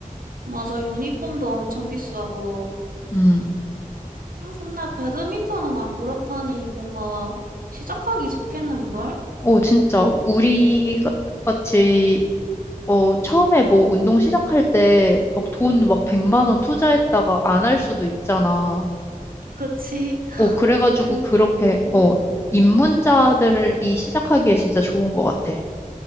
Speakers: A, on the right; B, on the left.
A: 맞아, 유니폼도 엄청 비싸고.
B: 음.
A: 음, 근데 배드민턴은 안 그렇다니 뭔가 시작하기 좋겠는걸?
B: 어, 진짜, 우리 가- 같이, 어, 처음에 뭐 운동 시작할 때, 막 돈 막 100만 원 투자했다가 안 할 수도 있잖아.
A: 그치? <laughs>
B: 어, 그래가지고
A: 괜히.
B: 그렇게,
A: 음.
B: 어, 입문자들이 시작하기에 진짜 좋은 것 같아.